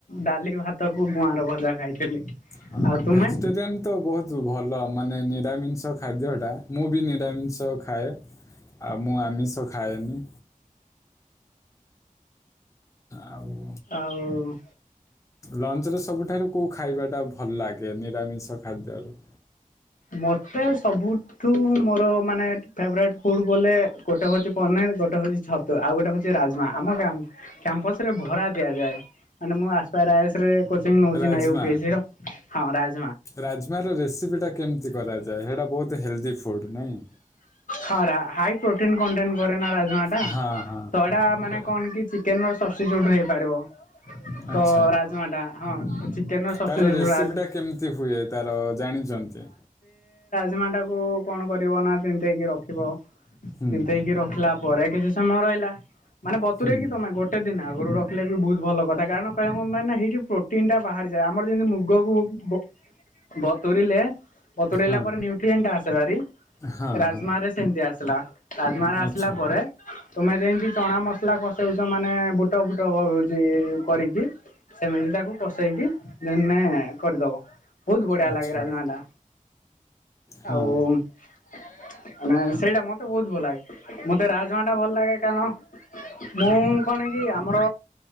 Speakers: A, on the left; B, on the left.
A: ଡାଲି ଭାତକୁ ଗୁଆଁର ଭଜା ଖାଇଥିଲି।
B: ହଁ
A: ଆଉ ତୁମେ?
B: ଭେଜିଟେରିଆନ୍ ତ ବହୁତ୍ ଭଲ୍ ଲ ମନେ ନିରାମିସ୍ ଖାଦ୍ୟ ଟା ମୁଁ ବି ନିରାମିଷ ଖାଏ ଆଉ ମୁଁ ଆମିଷ ଖାଏନି। ଆଉ।
A: ଆଉ ଉ
B: ଲଞ୍ଚ୍ ରେ ସବୁଠାରୁ କୋଉ ଖାଇବା ଟା ଭଲ ଲାଗେ ନିରାମିଷ ଖାଦ୍ୟ ରୁ?
A: ମତେ ସବୁଠୁ ମୋର ମାନେ ଫେଭରେଟ୍ ଫୁଡ୍ ବୋଲେ ଗୋଟେ ହଉଛି ପନିର୍ ଗୋଟେ ହଉଛି ଛତୁ ଆଉ ଗୋଟେ ହଉଛି ରାଜମା ଆମ କ୍ୟାମ୍ପସ୍ ରେ ଭରା ଦିଆଯାଏ ମାନେ ମୁଁ <unintelligible> ରେ। କୋଚିଂ ନଉଛି
B: ରାଜମା
A: ନା ୟୁପିଏସସିର ହଁ ରାଜ୍
B: ରାଜମାର ରେସିପି ଟା କେମିତି? କ୍ଷତି କରାଯାଏ ସେଇଟା ବହୁତ ହେଲ୍ଦି ଫୁଡ଼୍ ନାଇଁ।
A: ହଁ ହାଇ ପ୍ରୋଟନ୍ କଣ୍ଟେଣ୍ଟ କରରେ ନା ରାଜ। ନାଁ ଟା
B: ହଁ ହଁ
A: ତ ଏଟା ମାନେ
B: ତ
A: କଣ କି ଚିକେନ ର ସବସିଚ୍ୟୁଟ ହେଇପାରିବ।
B: ଆଚ୍ଛା
A: ତ ରାଜମାଟା। ହଁ। ଚିକେନ ର ସବଷ୍ଟିଚ୍ୟୁଟ
B: ତାର ରେସିପି
A: ରାଜ
B: ଟା କେମିତି ହୁଏ ତାର ଜାଣିଛନ୍ତି।
A: ସମାଟାକୁ କଣ କରିବ ନା ତିନ୍ତେଇ କି ରଖି ଥିବ।
B: ହୁଁ
A: ଚିନ୍ତେଇକି ରଖିଲା ପରେ କିଛି ସମୟ ରିହିଲା। ମାନେ ବତୁରଇକ
B: ହୁଁ
A: କି ତମେ ଗୋଟେ ଦିନ ଆଉ। ଘରୁ ରଖିଲେ ବି ବହୁତ ଭଲ କଥା କାରଣ କହିଲ କ ମ ନା ହେଇଠି ପ୍ରୋଟିନ୍ଟା ବାହାରିଯାଏ ଆମର ଯେମିତି ମୁଗକୁ ବ ବତୁରିଲେ ବତୁରେଇଲା
B: ହଁ
A: ପରେ ନିୁଟ୍ରିଏନ୍ ଟା ଆସେ ଭାରି
B: ହଁ
A: ରାଜମା
B: ହଁ
A: ରେ ଆସିଲା। ରାଜମାରା
B: ଆଚ୍ଛା
A: ଆସିଲା ପରେ ତୁମେ ଯେମିତି ଚଣା ମସଲା କଷାଉଛ ମାନେ ବୁଟ ଫୁଟ କରିକି ସେମିତି ତାକୁ ପସେଇକି ଯେନେ କରିଦବ ବହୁତ ବଢିଆ
B: ଆଚ୍ଛା
A: ଲାଗେ ରାଜମା ଟା
B: ହଁ
A: ଆଉ <inaudible> ମାନେ ସେଇଟା ମତେ ବହୁତ ଭଲ ଲାଗେ ମତେ ରାଜମା ଟା ଭଲ ଲାଗେ କାରଣ ମୁଁ କଣ କି ଆମର